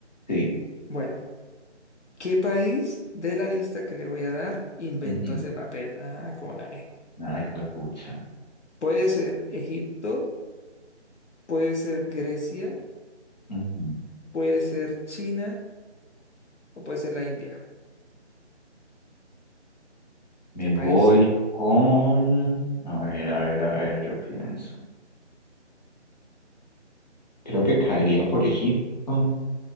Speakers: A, on the left (about 40°); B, on the left (about 75°).
A: Sí.
B: Bueno, ¿qué país de la lista que le voy a dar inventó
A: Ujú.
B: ese papel? Ah, ¿cómo la ve?
A: Ay, juepucha.
B: Puede ser Egipto, puede ser Grecia,
A: Ujú.
B: puede ser China o puede ser la India.
A: Me
B: ¿Qué país?
A: voy con... A ver, a ver, a ver, yo pienso. Creo que caería por Egipto